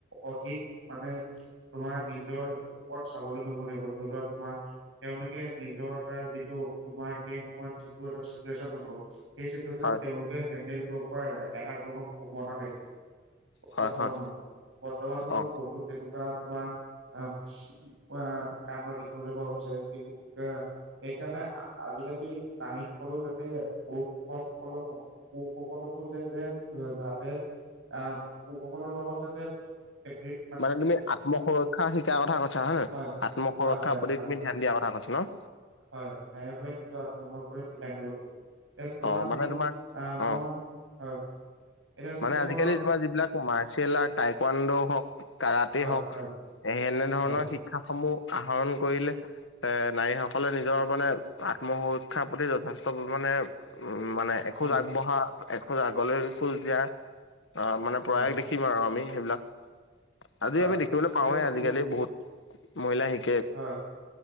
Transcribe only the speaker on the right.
অধিক মানে - তোমাৰ নিজৰ ওপৰত স্বাৱলম্বী হ'ব লাগিব, ধৰি লোৱা তোমাৰ - তেওঁলোকে নিজৰ এটা যিটো তোমাৰ সেই সময়ত যি - যি এটা চিটিউশ্যন হ'ব, সেই চিটিউশ্যন
তেওঁলোক - লোকে হেণ্ডেল কৰিব এটাত ক্ষমতা লাগিব।
বৰ্তমান
সময়ত। বৰ্তমান সময়ত
বহুতো তেনেকুৱা তোমাৰ আহ - অ কাণ্ড দেখিবলৈ পোৱা গৈছে, যিবোৰ এ সেইকাৰণে আজিকালি - নাৰী সকলৰ যাতে পুৰুষ সকলৰ সমান - পুৰুষ সকলকো যে যে যাতে - আহ পুৰুষসকলৰ লগত যাতে থাকি -
হয়
হয়
হয়
হয়
হয় নায়ীসকলে নিজৰ আত্মৰ ওপ ধ্যান দিব লাগিব। এ তোমাৰ
যদি আ
মই হয়। এতিয়া যদি
মই
হয়
হয়
হয়
হয়
হয়
হয়
এতিয়া
তো
হয়,